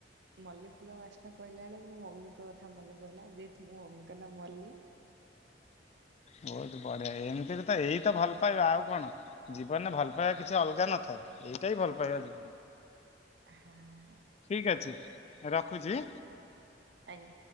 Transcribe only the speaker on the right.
ମଲ୍ଲୀ ଫୁଲ ବାସ୍ନା କହିଲା ବେଳେ ମୋ ମମିଙ୍କ କଥା ମନେ ପଡିଲା ଯେହେତୁ ମୋ ମମିଙ୍କ ନା ମଲ୍ଲୀ।
ହଁ ହଁ।
ଆଜ୍ଞା।